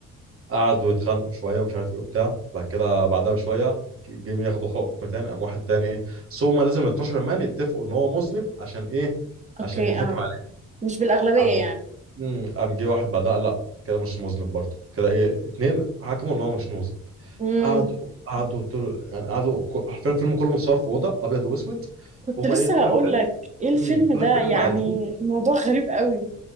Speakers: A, on the right; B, on the right.
A: قعدوا يتخانقوا شويه ومش عارف ايه وبتاع بعد كده بعدها بشويه ج- جم ياخدوا حكم تاني قام واحد تاني ايه بس هما لازم ال 12 مان يتفقوا ان هو مذنب عشان ايه
B: اوكي
A: عشان يتحكم
B: اه
A: عليه
B: مش بالأغلبية
A: قام
B: يعني
A: مم، قام جه واحد بعدها قال لا كده مش مذنب برضه كده ايه اتنين حكموا ان هو مش مذنب
B: امم
A: قعدوا قعدوا طول يعني قعدوا ك- حرفيا الفيلم كله متصور في اوضه ابيض واسود
B: كنت
A: هما
B: لسه
A: ايه طول
B: هقول
A: الفيلم
B: لك ايه الفيلم
A: مم، طول
B: ده
A: الفيلم
B: يعني
A: قاعدين
B: الموضوع غريب قوي